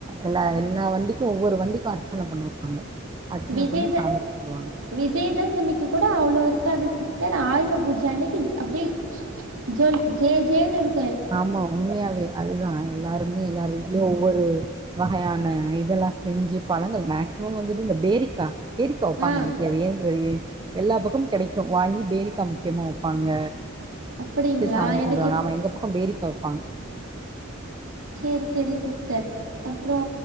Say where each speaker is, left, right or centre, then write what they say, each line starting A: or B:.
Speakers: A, on the right; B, on the right.
A: எல்லா எல்லா வண்டிக்கும் ஒவ்வொரு வண்டிக்கும் அர்ச்சனை பண்ணுவாங்க அர்ச்சன
B: விஜயத
A: பண்ணி சாமி கும்புடுவாங்க
B: விஜயதசமிக்கு கூட அவ்ளோ இருக்கு காது சிஸ்டர் ஆயுத பூஜை அன்னைக்கு அப்படி ஜே ஜே ஜேன்னு இருக்கு
A: ஆமா உண்மையாவே அதுதான் எல்லாருமே எல்லாரு வீட்லயும் ஒவ்வொரு வகையான ஆஹ் இதெல்லாம் செஞ்சு பழங்கள் மேக்சிமம் வந்துட்டு இந்த பேரிக்கா பேரிக்கா வப்பாங்க
B: ஆ
A: அன்னைக்கு அது ஏன் தெரியல எல்லா பக்கமும் கிடைக்கும் வாங்கி பேரிக்காய் முக்கியமா வைப்பாங்க
B: அப்படிங்களா
A: வச்சு சாமி கும்பிடுவாங்க
B: எனக்கு
A: அவன் எங்க பேரிக்கா வெப்பாங்
B: செரி செரி சிஸ்டர் அப்புறோ